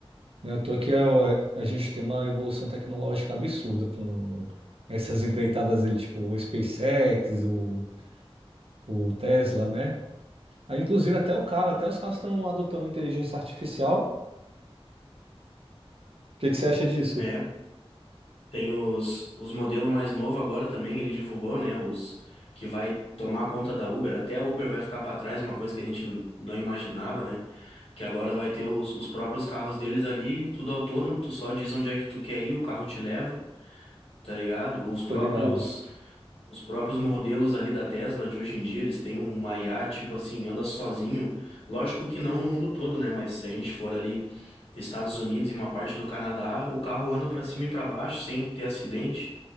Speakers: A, on the right; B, on the left.
A: Não é à toa que a, a gente tem uma evolução tecnológica absurda com essas empreitadas dele, tipo o SpaceX, o, o Tesla, né? Aí, inclusive, até o carro, até os carros estão adotando inteligência artificial. O que que você acha disso?
B: É, tem os, os modelos mais novos agora também, ele divulgou, né? Os que vai tomar conta da Uber, até a Uber vai ficar para trás, uma coisa que a gente n- não imaginava, né? Que agora vai ter os, os próprios carros deles ali, tudo autônomo, tu só diz onde é que tu quer ir, o carro te leva. tá ligado? Os próprios
A: Tô ligado.
B: os próprios modelos ali da Tesla de hoje em dia, eles têm uma IA, tipo assim, anda sozinho. Lógico que não no mundo todo, né? Mas se a gente for ali Estados Unidos e uma parte do Canadá, o carro anda pra cima e pra baixo sem ter acidente.